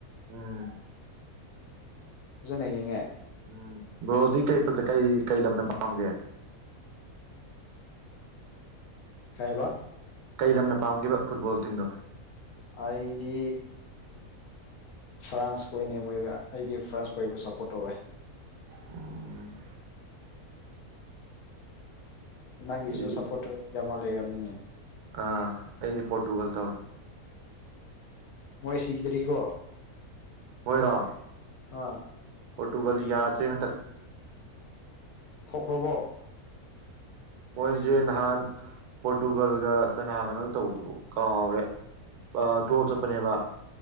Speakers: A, on the right; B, on the left.
A: ꯎꯝ
B: ꯐꯖꯅꯉꯉ
A: ꯎꯝ ꯕ꯭ꯔꯣꯗꯤ ꯀꯩ ꯀꯩ ꯀꯩ ꯂꯝꯅ ꯄꯥꯝꯒꯦ
B: ꯀꯍꯕ
A: ꯀꯩ ꯂꯝꯅ ꯄꯥꯝꯕ ꯐꯨꯠꯕꯣꯜ ꯇꯤꯝꯗꯣ
B: ꯑꯩꯗꯤ ꯐ꯭ꯔꯥꯟꯁ ꯍꯣꯏꯅꯤ ꯃꯣꯏ ꯑꯩꯗꯤ ꯐ꯭ꯔꯥꯟꯁ ꯍꯣꯏꯕꯨ ꯁꯄꯣꯔꯠ ꯇꯧꯋꯦ
A: ꯎꯝ
B: ꯅꯪꯒꯤꯁꯨ
A: ꯑꯩꯗꯤ
B: ꯁꯞꯄꯣꯔꯇꯔ ꯑꯃ ꯂꯩꯔꯕꯅꯤꯅꯦ
A: ꯑꯥ ꯑꯩꯁꯦ ꯄꯣꯣꯔꯇꯨꯒꯜ ꯇꯧꯋꯦ
B: ꯃꯣꯏ ꯁꯤꯗ꯭ꯔꯤꯀꯣ
A: ꯃꯣꯏꯔ
B: ꯑꯥ
A: ꯄꯣꯔꯇꯨꯒꯜ ꯌꯥꯗ꯭ꯔꯦ ꯍꯟꯗꯛ
B: ꯊꯣꯛꯈ꯭ꯔꯕꯣ
A: ꯃꯣꯏꯁꯦ ꯅꯍꯥꯟ ꯄꯣꯔꯇꯨꯒꯜꯒ ꯀꯅꯥ ꯀꯅꯣ ꯇꯧꯕꯗꯨꯕꯨ ꯀꯥꯎꯔꯦ ꯗ꯭ꯔꯣ ꯆꯠꯄꯅꯦꯕ